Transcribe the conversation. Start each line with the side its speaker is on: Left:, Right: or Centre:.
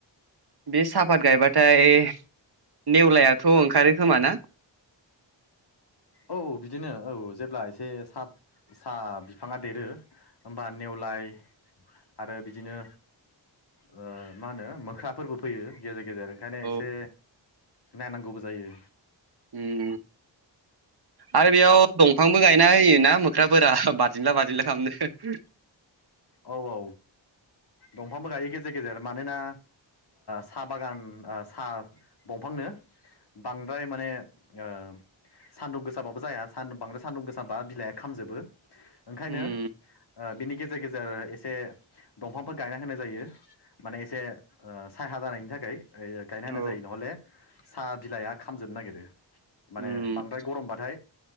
Right: बे सापात गायबाथाय नेवलायाथ' ओंखारो खोमा ना?
Left: औ बिदिनो औ जेब्ला एसे साब साहा बिफाङा देरो होमबा नेवलाय आरो बिदिनो ओ मा होनो मोख्राफोरबो फैयो गेजेर गेजेर ओंखायनो
Right: औ
Left: एसे नायनांगौबो जायो।
Right: उम। आरो बेयाव दंफांबो गायना होयोना मोख्राफोरा बादिनला बादिंला खालामनो।
Left: औ औ दंफांबो गायो गेजेर गेजेर मानोना साहा बागान साहा बंफांनो बांद्राय माने ओ सान्दुं गोसाबो जाया सानदुं बांद्राय सान्दुं गोसाबा बिलाइआ खामजोबो। ओंखायनो
Right: उम
Left: बिनि गेजेर गेजेर ओ एसे दंफांफोर गायना होनाय जायो। माने एसे ओ सायहा जानायनि थाखाय ओइ। गायना होनाय
Right: औ
Left: जायो नहले साहा बिलाइआ खामजोबनो नागिरो। माने
Right: उम
Left: बांद्राय गरमबथाय